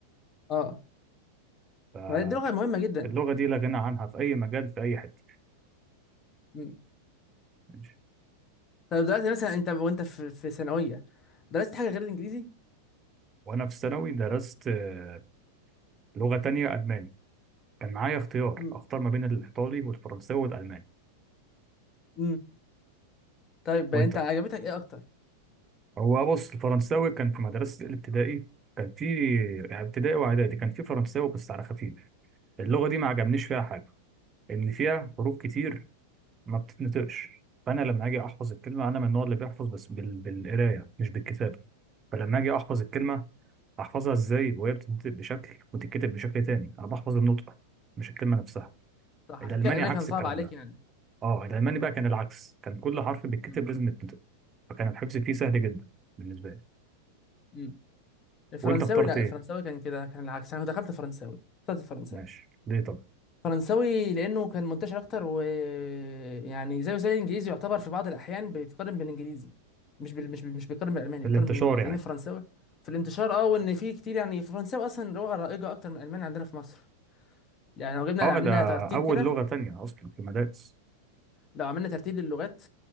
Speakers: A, on the left; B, on the right.
A: اه
B: فاللغه
A: فهي دي لغه مهمه جدا
B: دي لا غنى عنها في اي مجال في اي حته
A: مم.
B: ماشي.
A: طيب دلوقتي مثلا انت وانت في في ثانويه درست حاجه غير الانجليزي
B: وانا في ثانوي درست آه، لغة تانية الماني كان معايا اختيار
A: مم.
B: اختار ما بين الايطالي والفرنساوي والالماني
A: مم. طيب
B: وانت
A: انت عجبتك ايه اكتر
B: هو بص الفرنساوي كان في مدرسة الابتدائي كان في يعني ابتدائي واعدادي كان في فرنساوي بس على خفيف اللغة دي ما عجبنيش فيها حاجة ان فيها حروف كتير ما بتتنطقش فانا لما اجي احفظ الكلمة انا من النوع اللي بيحفظ بس بال... بالقراية مش بالكتابة فلما اجي احفظ الكلمة احفظها ازاي وهي بتتنطق بشكل وتتكتب بشكل تاني انا بحفظ النطق مش الكلمة نفسها
A: صح
B: الالماني
A: عشان كده الالماني
B: عكس
A: كان صعب
B: الكلام
A: عليك
B: ده
A: يعني
B: اه الالماني بقى كان العكس كان كل حرف بيتكتب
A: مم.
B: لازم يتنطق فكان الحفظ فيه سهل جدا بالنسبه لي
A: مم. الفرنساوي
B: وانت اخترت
A: لا
B: ايه
A: الفرنساوي كان كده كان العكس انا دخلت فرنساوي اخترت الفرنساوي
B: ماشي ليه طب
A: فرنساوي لانه كان منتشر اكتر و يعني زيه زي الانجليزي يعتبر في بعض الاحيان بيتقارن بالانجليزي مش بال... مش بال... مش بيقارن بالالماني
B: الانتشار
A: بيقارن بالانجليزي
B: يعني
A: لان الفرنساوي في الانتشار اه وان في كتير يعني الفرنساوي اصلا لغه رائجه اكتر من الالماني عندنا في مصر يعني لو جبنا
B: اه
A: عملنا
B: ده
A: ترتيب
B: اول
A: كده
B: لغه تانية اصلا في المدارس
A: لو عملنا ترتيب للغات